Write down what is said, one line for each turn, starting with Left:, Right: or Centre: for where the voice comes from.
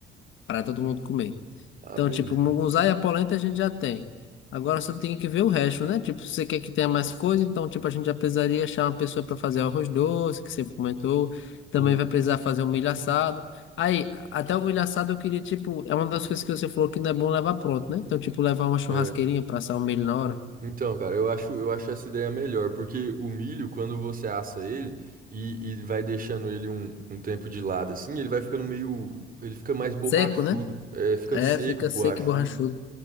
Left: para todo mundo comer.
Right: Ah,
Left: Então,
Right: beleza.
Left: tipo, mungunzá e a polenta a gente já tem. Agora só tem que ver o resto, né? Tipo, se você quer que tenha mais coisa, então, tipo, a gente já precisaria achar uma pessoa para fazer arroz doce, que você comentou. Também
Right: Sim.
Left: vai precisar fazer o milho assado. Aí, até o milho assado eu queria, tipo, é uma das coisas que você falou que não é bom levar pronto, né? Então, tipo, levar uma churrasqueirinha
Right: é.
Left: para assar o milho na hora.
Right: Então, cara, eu acho, eu acho essa ideia melhor, porque o milho, quando você assa ele e, e vai deixando ele um, um tempo de lado assim, ele vai ficando meio. Ele fica mais borrachudo,
Left: Seco, né?
Right: é, fica
Left: É,
Right: seco,
Left: fica
Right: borrachudo.
Left: seco e borrachudo.